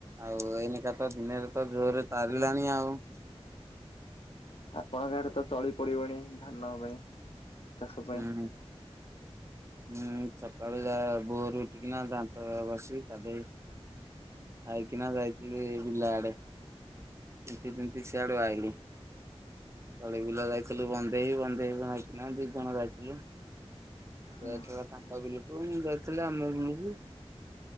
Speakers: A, on the right; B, on the left.
A: ଆଉ ଏଇନେକା ତ ଦିନରେ ତ ଜୋରରେ ତାରିଲାଣି ଆଉ।
B: ଆପଣଙ୍କ ଆଡ଼େ ତ ତଳି ପଡିବଣି ଧାନ ପାଇଁ? ଚାଷ ପାଇଁ
A: ହୁଁ, ହୁଁ। ହୁଁ, ସକାଳୁ ଯାହା ଭୋରୁ ଉଠିକିନା, ଦାନ୍ତ ଘଷିକି ଗାଧେଇ ଖାଇକିନା ଯାଇଥିଲି ବିଲ ଆଡେ। ତିନ୍ତି ତିନ୍ତି ସିଆଡ଼ୁ ଆଇଲି। ତଳି ବିଲ ଯାଇଥିଲୁ ବନ୍ଦେଇ ବନ୍ଦେଇ ନାଇଁ କି ନା ଦି ଜଣ ଯାଇଥିଲୁ।
B: ହୁଁ।
A: ସେ ଯାଇଥିଲା ତାଙ୍କ ବିଲକୁ ମୁଁ ଯାଇଥିଲି ଆମ ବିଲକୁ।